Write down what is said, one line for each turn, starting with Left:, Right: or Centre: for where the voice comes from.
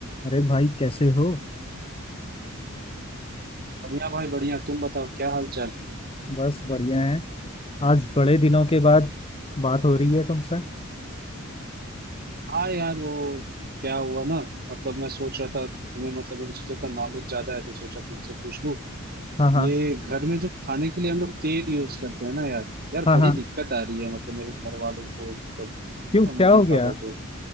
Left: अरे भाई कैसे हो
Right: बढ़िया भाई बढ़िया तुम बताओ क्या हाल चाल
Left: बस बढ़िया है आज बड़े दिनों के बाद बात हो रही है तुमसे
Right: हाँ यार वो क्या हुआ ना मतलब मैं सोच रहा था तुम्हें मतलब इन चीजों का नॉलेज ज्यादा है तो सोचा तुमसे पूछ लूं
Left: हाँ हाँ
Right: ये घर में जो खाने के लिए हम लोग तेल यूज करते हैं ना यार यार
Left: हाँ
Right: बड़ी
Left: हाँ
Right: दिक्कत आ रही है मतलब मेरे घर वालों को मतलब
Left: क्यों
Right: है ना मम्मी
Left: क्या हो गया
Right: पापा को